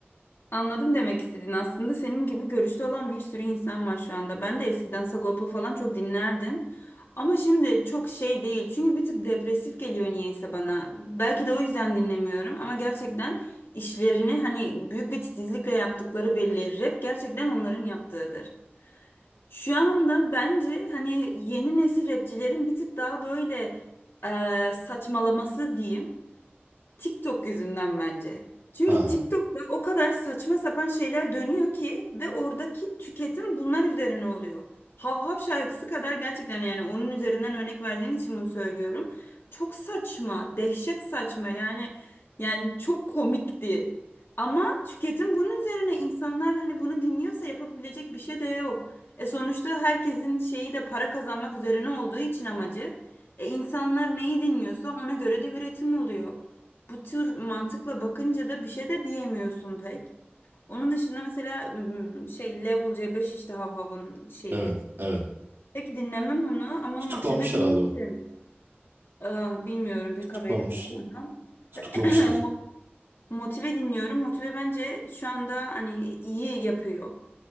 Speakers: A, on the left; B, on the right.
A: Anladım demek istediğin aslında senin gibi görüşte olan bir sürü insan var şu anda. Ben de eskiden Sagopa falan çok dinlerdim. Ama şimdi çok şey değil. Çünkü bir tık depresif geliyor niyeyse bana. Belki de o yüzden dinlemiyorum ama gerçekten işlerini hani büyük bir titizlikle yaptıkları belli. Rap gerçekten onların yaptığıdır. Şu anda bence hani yeni nesil rapçilerin bir tık daha böyle eee, saçmalaması diyeyim. TikTok yüzünden bence. Çünkü
B: ha
A: TikTok'ta o kadar saçma sapan şeyler dönüyor ki ve oradaki tüketim bunlar üzerine oluyor. Hav Hav şarkısı kadar gerçekten yani onun üzerinden örnek verdiğin için bunu söylüyorum. Çok saçma, dehşet saçma yani yani çok komikti. Ama tüketim bunun üzerine insanlar hani bunu dinliyorsa yapabilecek bir şey de yok. E sonuçta herkesin şeyi de para kazanmak üzerine olduğu için amacı. E insanlar neyi dinliyorsa ona göre de üretim oluyor bu tür mantıkla bakınca da bir şey de diyemiyorsun pek. Onun dışında mesela m, şey Level C5 işte Havhav'ın şeyi.
B: evet evet.
A: Pek dinlemem onu ama
B: Tutuklanmış
A: Motive dinlerim.
B: herhalde o.
A: Aa, bilmiyorum pek
B: Tutuklanmış.
A: haberim yok ondan.
B: Tutuklamışlar.
A: <clears throat> Mo- Motive dinliyorum. Motive bence şu anda hani iyi yapıyor.